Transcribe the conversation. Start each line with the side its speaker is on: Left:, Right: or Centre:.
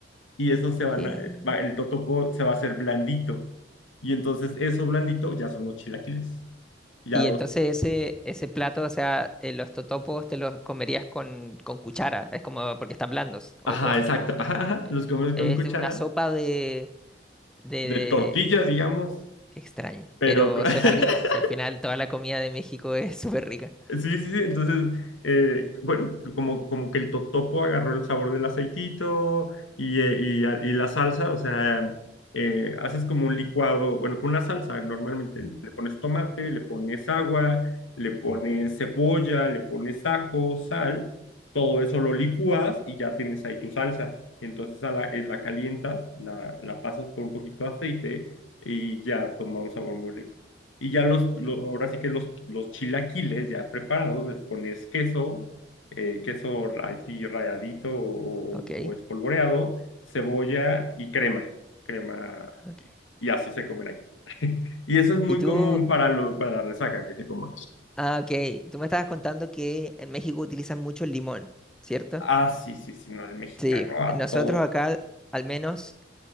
Left: Y eso se
Centre: ok.
Left: van a- va- el totopo se va a hacer blandito. Y entonces eso blandito ya son los chilaquiles. Ya
Centre: Y
Left: los...
Centre: entonces ese, ese plato, o sea, eh, los totopos te los comerías con, con cuchara, es como porque están blandos, o
Left: Ajá,
Centre: con...
Left: exacto. Ajá, ajá. Los comes con
Centre: Es
Left: cuchara
Centre: de una sopa de... de...
Left: de tortilla, digamos,
Centre: oh, qué extraño,
Left: pero...
Centre: pero
Left: co- <laughs>
Centre: suena rico, si al final toda la comida de México es <laughs> súper rica.
Left: Sí, sí, sí. Entonces, eh, bueno, como, como que el totopo agarró el sabor del aceitito y, eh, y a- y la salsa, o sea, eh, haces como un licuado, bueno, con una salsa, normalmente le pones tomate, le pones agua, le pones cebolla, le pones ajo, sal, todo eso lo licúas y ya tienes ahí tu salsa. Entonces a la, eh, la calientas, la, la pasas por un poquito de aceite y ya toma un sabor muy rico. Y ya los, lo- ahora sí que los, los chilaquiles ya preparados, les pones queso, eh, queso ra- así ralladito o,
Centre: Ok,
Left: o espolvoreado, cebolla y crema, crema,
Centre: ok.
Left: y así se comen aquí. <laughs> Y eso es muy
Centre: Y tú,
Left: común para, lo, para la resaca, que se coman
Centre: ah, ok, tú me estabas contando que en México utilizan mucho el limón, ¿cierto?
Left: Ah, sí, sí, sí, no, el mexicano
Centre: Sí,
Left: a
Centre: nosotros
Left: todo
Centre: acá, al menos...